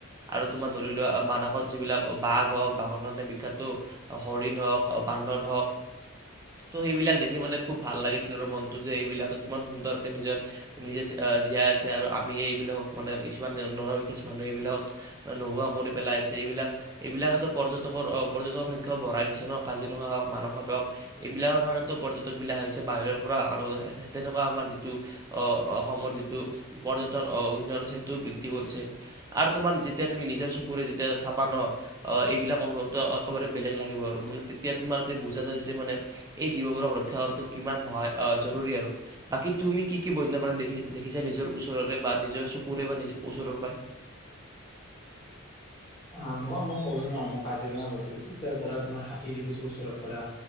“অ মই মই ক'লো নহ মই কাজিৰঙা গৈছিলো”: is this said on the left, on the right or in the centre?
Left